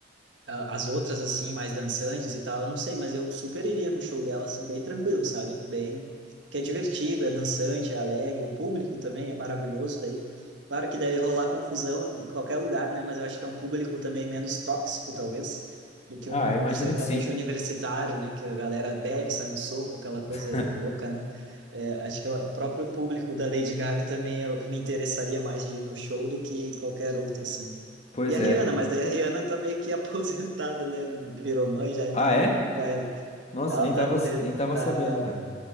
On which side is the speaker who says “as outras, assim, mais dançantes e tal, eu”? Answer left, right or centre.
Right